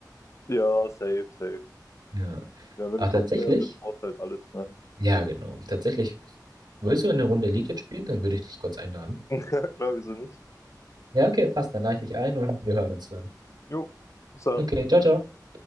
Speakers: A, on the left (about 45°); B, on the right (about 80°).
A: Ja, safe, safe.
B: Ja.
A: Ja, wenn
B: Ach,
A: du Top-Player
B: tatsächlich?
A: bist, brauchst du halt alles, ne?
B: Ja, genau. Tatsächlich. Willst du eine Runde League jetzt spielen? Dann würde ich dich kurz einladen.
A: <laughs> Ja, klar, wieso nicht?
B: Ja, okay, passt. Dann lade ich dich ein und wir hören uns dann.
A: Jo, bis dann.
B: Okay, ciao, ciao.